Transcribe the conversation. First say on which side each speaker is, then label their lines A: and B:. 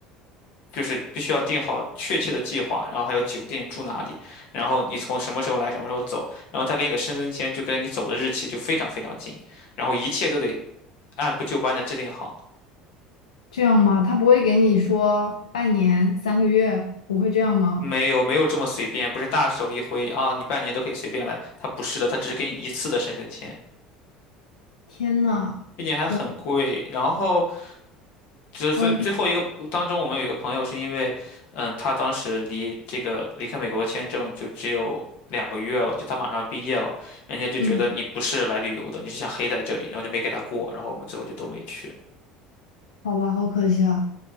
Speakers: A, on the left; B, on the left.
A: 就是必须要定好确切的计划，然后还有酒店住哪里，然后你从什么时候来，什么时候走，然后他给你的申根签就跟你走的日期就非常非常近，然后一切都得按部就班的制定好，
B: 这样吗？他不会给你说半年、三个月，不会这样吗？
A: 没有没有这么随便，不是大手一挥啊，你半年都可以随便来，他不是的，他只是给你一次的申根签，
B: 天呐，
A: 并且还很贵，
B: 我
A: 然后这所以最后一个当中，
B: 嗯
A: 我们有一个朋友是因为，嗯，他当时离这个离开美国的签证就只有两个月了，就他马上要毕业了，人家就觉得你不是来旅游的，
B: 嗯，
A: 你是想黑在这里，然后就没给他过，然后我们最后就都没去。
B: 好吧，好可惜啊。